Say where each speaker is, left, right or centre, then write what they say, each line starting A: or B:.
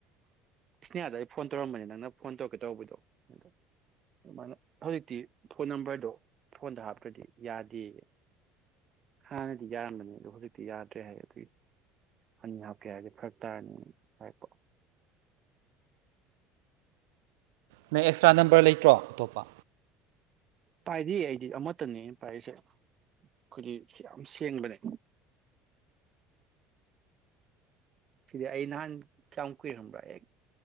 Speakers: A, on the right; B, on the right.
A: ꯏꯁꯅꯤꯌꯥꯗ ꯑꯩ ꯐꯣꯟ ꯇꯧꯔꯝꯕꯅꯤ ꯅꯪꯅ ꯐꯣꯟ ꯇꯧꯔꯛꯀꯦ ꯇꯧꯕꯗꯣ ꯑꯗ ꯃꯅ ꯍꯧꯖꯤꯛꯇꯤ ꯐꯣꯟ ꯅꯝꯕꯔꯗꯣ ꯐꯣꯟꯗ ꯍꯥꯞꯇ꯭ꯔꯗꯤ ꯌꯥꯗꯦꯌꯦ ꯍꯥꯟꯅꯗꯤ ꯌꯥꯔꯝꯕꯅꯤ ꯑꯗꯣ ꯍꯧꯖꯤꯛꯇꯤ ꯌꯥꯗ꯭ꯔꯦ ꯍꯥꯏꯌꯦ ꯑꯗꯨꯒꯤ ꯑꯅꯤ ꯍꯥꯞꯀꯦ ꯍꯥꯏꯔꯗꯤ ꯐꯔꯛ ꯇꯥꯔꯅꯤ ꯍꯥꯏꯔꯄ
B: ꯅꯪ ꯑꯦꯛꯁꯇ꯭ꯔꯥ ꯅꯝꯕꯔ ꯂꯩꯇ꯭ꯔꯣ ꯑꯇꯣꯞꯄ
A: ꯄꯥꯏꯗꯦ ꯑꯩꯗꯤ ꯑꯃꯠꯇꯅꯦ ꯄꯥꯏꯔꯤꯁꯦ ꯑꯈꯣꯏꯗꯤ ꯌꯥꯝ ꯁꯦꯡꯕꯅꯦ ꯁꯤꯗꯤ ꯑꯩ ꯅꯍꯥꯟ ꯀꯌꯥꯝ ꯀꯨꯏꯔꯪꯕ꯭ꯔꯥ ꯑꯦ